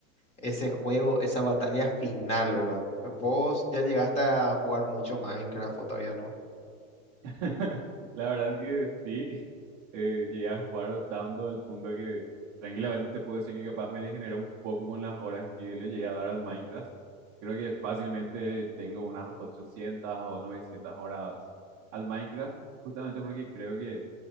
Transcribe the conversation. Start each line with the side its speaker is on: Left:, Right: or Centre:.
Left: ese juego, esa batalla final, ¿verdad? ¿Vos ya llegaste a jugar mucho Minecraft o todavía no?
Right: <laughs> La verdad que sí. eh, llegué a jugar tanto al punto que tranquilamente te puedo decir que capaz me degeneré un poco con las horas que le llegué a dar al Minecraft. Creo que fácilmente tengo unas 800 o 900 horas al Minecraft, justamente porque creo que